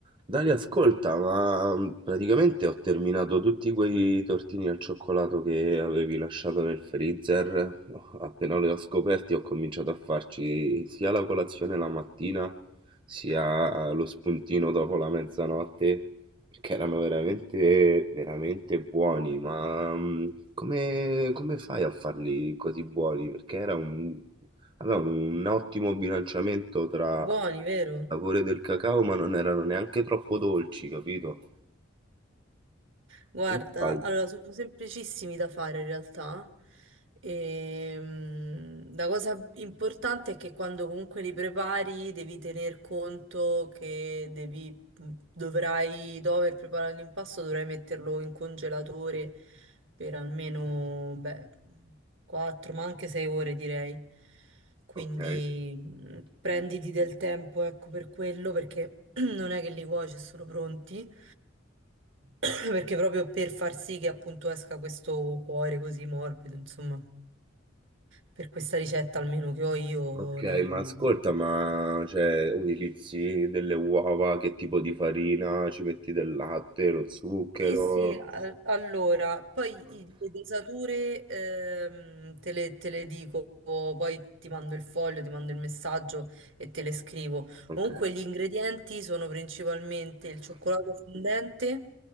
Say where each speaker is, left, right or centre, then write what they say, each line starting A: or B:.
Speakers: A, on the right (about 25°); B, on the right (about 65°).
A: Dani, ascolta, ma mm, praticamente ho terminato tutti quei tortini al cioccolato che avevi lasciato nel freezer. No, Appena li ho scoperti, ho cominciato a farci sia la colazione la mattina, sia lo spuntino dopo la mezzanotte, perché erano veramente, veramente buoni. Ma mm, come, come fai a farli così buoni? Perché era un allora, un ottimo bilanciamento tra
B: Buoni,
A: il
B: vero?
A: sapore del cacao, ma non erano neanche troppo dolci, capito?
B: Guarda,
A: Come fai?
B: allora sono semplicissimi da fare in realtà. Ehm, la cosa importante è che quando comunque li prepari devi tener conto che devi, dovrai, dopo aver preparato l'impasto, dovrai metterlo in congelatore per almeno, beh, 4, ma anche 6 ore direi. Quindi
A: Ok.
B: mm, prenditi del tempo, ecco, per quello, perché <clears throat> non è che li cuoci e sono pronti. <coughs> perché proprio per far sì che appunto esca questo cuore così morbido, insomma, per questa ricetta almeno che ho io,
A: Ok,
B: li...
A: ma ascolta, ma cioè, utilizzi delle uova, che tipo di farina? Ci metti del latte, lo zucchero?
B: Sì, sì, a- allora, poi i- le dosature ehm, te le, te le dico, poi ti mando il foglio, ti mando il messaggio e te le scrivo.
A: Ok,
B: Comunque gli ingredienti sono principalmente il cioccolato fondente,